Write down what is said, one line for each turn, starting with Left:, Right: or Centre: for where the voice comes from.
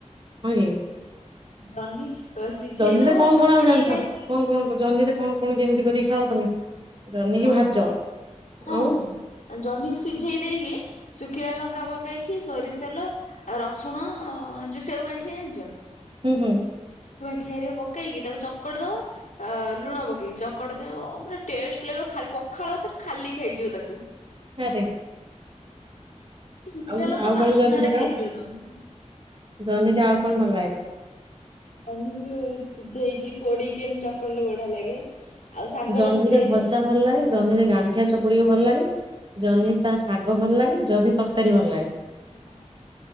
Right: ହଁ କି?
Left: ଜହ୍ନି ସିଝେଇ
Right: ଜହ୍ନିରେ
Left: ଦବ
Right: କଣ
Left: ଚକଡିକି
Right: କଣ ଆଉ ଜାଣିଚ
Left: ଖାଇବ
Right: କଣ କଣ ଜହ୍ନିରେ କଣ କଣ କେମିତି କରି ଖାଅ ତମେ। ଜହ୍ନିକି
Left: ଜହ୍ନିକୁ
Right: ଭାଜ
Left: ହଁ
Right: ଆଉ
Left: ଆ ଜହ୍ନିକୁ ସିଝେଇ ଦେଇକି ଶୁଖିଲା ଲଙ୍କା ପକେଇକି ସୋରିଷ ତେଲ ଆଉ ରସୁଣ ଯୋଉ ସେଉ ଗାଣ୍ଠିଆ ଜାଣିଚ
Right: ହୁଁ ହୁଁ।
Left: ଠିଆରେ ପକେଇକି ତାକୁ ଚକଡ଼ି ଦବ ଆ ଲୁଣ ପ <inaudible> ଚକଡ଼ି ଦବ ପୁରା ଟେଷ୍ କ୍ଲେ ଅ ଖାଲି ପଖାଳ ଆତରେ ଖାଲି ଖାଇଯିବ ତାକୁ।
Right: ଆରେ।
Left: ଶୁଖିଲା
Right: ଆଉ
Left: ଲଙ୍କା
Right: ଆଉ କଣ
Left: ବାସ୍ନାରେ
Right: ଜହ୍ନିରେ
Left: ଖାଇଯିବ
Right: କା
Left: ତମେ।
Right: ଜହ୍ନିଟା ଆଉ କଣ ଭଲ ଲାଗେ?
Left: ଜହ୍ନିକୁ ଏଇ ସିଝେଇକି ପୋଡିକି ଏମତି ଚକଲେ ବଢିଆ ଲାଗେ। ଆଉ ଶାଗରେ
Right: ଜହ୍ନିରେ
Left: ପକେଇଲେ
Right: ଭଜା ଭଲ ଲାଗେ ଜହ୍ନିରେ ଗାଣ୍ଠିଆ ଚକୁଡିକି ଭଲ ଲାଗେ। ଜହ୍ନି ତା ଶାଗ ଭଲ ଲାଗେ ଜହ୍ନି ତରକାରୀ ଭଲ ଲାଗେ।
Left: ହଁ।